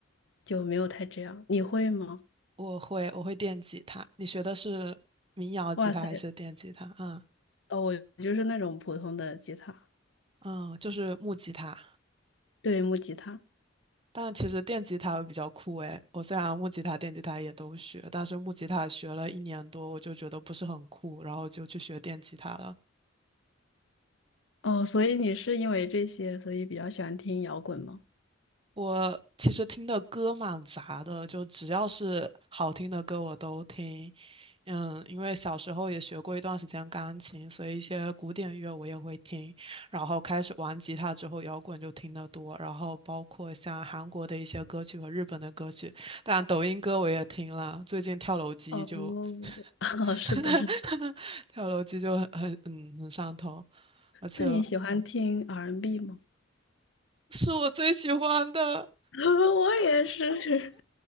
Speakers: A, on the left; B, on the right.
A: 就没有太这样。你会吗？
B: 我会我会电吉他。你学的是民谣吉他还是电吉他？
A: 哇塞，
B: 嗯
A: 哦，我就是那种普通的吉他，
B: 嗯，就是木吉他。
A: 对，木吉他。
B: 但其实电吉他比较酷诶，我虽然木吉他、电吉他也都学，但是木吉他学了一年多，我就觉得不是很酷，然后就去学电吉他了。
A: 哦，所以你是因为这些，所以比较喜欢听摇滚吗？
B: 我其实听的歌蛮杂的，就只要是好听的歌我都听。嗯，因为小时候也学过一段时间钢琴，所以一些古典乐我也会听。然后开始玩吉他之后，摇滚就听得多。然后包括像韩国的一些歌曲和日本的歌曲，当然抖音歌我也听了。最近跳楼机就
A: 哦，<laughs> 是的，
B: <laughs>
A: 是的。
B: 跳楼机就很很嗯很上头，而且
A: 那你喜欢听 R&B 吗？
B: 是我最喜欢的。
A: <laughs> 我也是。